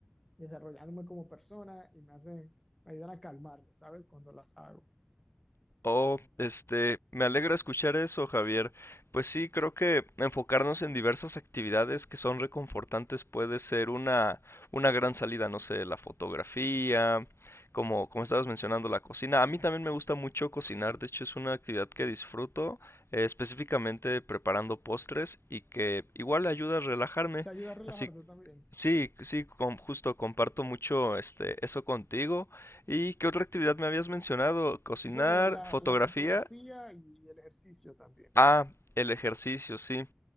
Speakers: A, in the centre; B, on the left (about 75°).
A: desarrollándome como persona y me hacen, me ayudan a calmarme, ¿sabes? Cuando las hago.
B: Oh, este, me alegra escuchar eso, Javier. Pues sí, creo que enfocarnos en diversas actividades que son reconfortantes puede ser una, una gran salida, no sé, la fotografía, como, como estabas mencionando, la cocina. A mí también me gusta mucho cocinar, de hecho es una actividad que disfruto, eh, específicamente preparando postres y que igual ayuda a relajarme.
A: Te ayuda a relajarte
B: Así
A: también.
B: Sí, sí, com- justo comparto mucho este eso contigo. ¿Y qué otra actividad me habías mencionado? Cocinar,
A: Bueno, la,
B: fotografía.
A: la fotografía y el ejercicio también.
B: Ah, el ejercicio, sí.